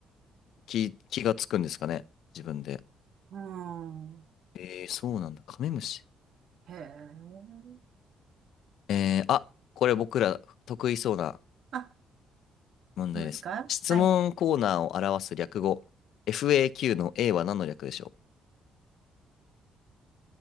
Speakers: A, on the left; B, on the right.
A: 気、気がつくんですかね、自分で。
B: うーん。
A: えー、そうなんだ。カメムシ。
B: へえ。
A: えー、あ、これ僕ら得意そうな
B: あ、
A: 問題です。
B: いますかはい。
A: 質問コーナーを表す略語、FAQ の A は何の略でしょう